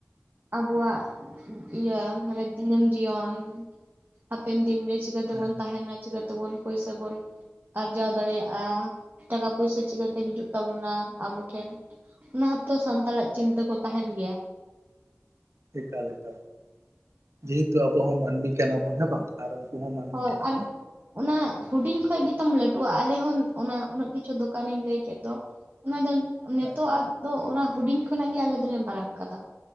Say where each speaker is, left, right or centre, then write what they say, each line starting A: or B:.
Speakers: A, on the right (about 45°); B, on the right (about 80°).
A: ᱟᱵᱚᱣᱟᱜ ᱤᱭᱟᱹ ᱢᱟᱱᱮ ᱫᱤᱱᱟᱹᱢ ᱡᱤᱭᱚᱱ ᱦᱟᱯᱮᱱ ᱫᱤᱱᱨᱮ ᱪᱤᱠᱟᱹᱛᱮᱵᱚᱱ
B: ᱦᱮᱸ
A: ᱛᱟᱦᱮᱱᱟ, ᱪᱤᱠᱟᱹᱛᱮᱵᱚᱱ ᱯᱚᱭᱥᱟ ᱵᱚᱱ ᱟᱨᱡᱟᱣ ᱫᱟᱲᱮᱭᱟᱜᱼᱟ, ᱴᱟᱠᱟ ᱯᱚᱭᱥᱟ ᱪᱤᱠᱟᱹᱛᱮ ᱦᱤᱡᱩᱜ ᱛᱟᱵᱚᱱᱟ ᱟᱵᱚ ᱴᱷᱮᱱ? ᱚᱱᱟ ᱦᱚᱸᱛᱚ ᱥᱟᱱᱛᱟᱲᱟᱜ ᱪᱤᱱᱛᱟᱹ ᱠᱚ ᱛᱟᱦᱮᱱ ᱜᱮᱭᱟ ᱾
B: ᱮᱠᱟᱞ ᱮᱠᱟᱞ, ᱡᱮᱦᱮᱛᱩ ᱟᱵᱚ ᱦᱚᱸ ᱢᱟᱹᱱᱢᱤ ᱠᱟᱱᱟ ᱵᱚᱱ ᱦᱮᱸ ᱵᱟᱝ! ᱟᱨ ᱩᱱᱠᱩ ᱦᱚᱸ ᱢᱟᱹᱱᱢᱤ
A: ᱦᱳᱭ
B: ᱠᱟᱱᱟ
A: ᱟᱨ
B: ᱠᱚ ᱾
A: ᱚᱱᱟ ᱦᱩᱰᱤᱧ ᱠᱷᱚᱱ ᱜᱮᱛᱚᱢ ᱞᱟᱹᱴᱩᱜᱼᱟ, ᱟᱞᱮ ᱦᱚᱸ ᱚᱱᱟ ᱩᱱᱟᱹᱜ ᱠᱤᱪᱷᱩ ᱫᱚᱠᱟᱱᱤᱧ ᱞᱟᱹᱭ ᱠᱮᱫ ᱫᱚ ᱚᱱᱟ ᱫᱚ ᱱᱤᱛᱳᱜ
B: ᱦᱮᱸ
A: ᱟᱜ ᱫᱚ ᱚᱱᱟ ᱦᱩᱰᱤᱧ ᱠᱷᱚᱱᱟᱜ ᱜᱮ ᱟᱞᱮ ᱫᱚᱞᱮ ᱢᱟᱨᱟᱝ ᱠᱟᱫᱟ